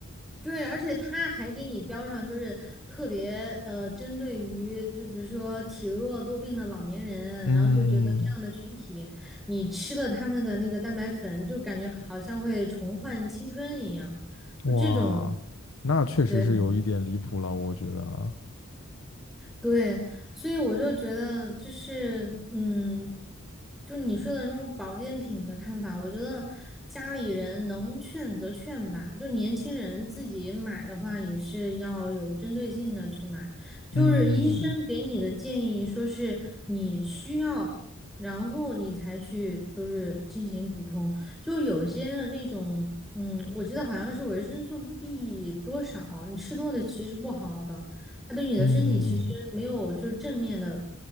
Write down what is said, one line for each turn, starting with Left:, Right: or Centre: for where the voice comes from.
Centre: 对，而且他还给你标上，就是特别呃，针对于就比如说体弱多病的老年人，
Left: 嗯，
Centre: 然后就觉得这样的群体，你吃了他们的那个蛋白粉，就感觉好像会重焕青春一样，就这种，
Left: 哇，那确实是有一点离谱了，
Centre: 对，
Left: 我觉得啊。
Centre: 对，所以我就觉得，就是，嗯，就你说的那种保健品的看法，我觉得家里人能劝则劝吧，就年轻人自己买的话，也是要有针对性的去买。就是医生给你的建议，
Left: 嗯
Centre: 说是你需要，然后你才去就是进行补充。就有些那种，嗯，我记得好像是维生素 B 多少，你吃多了其实不好的。它对你的身体其实没有就是正面的，
Left: 嗯，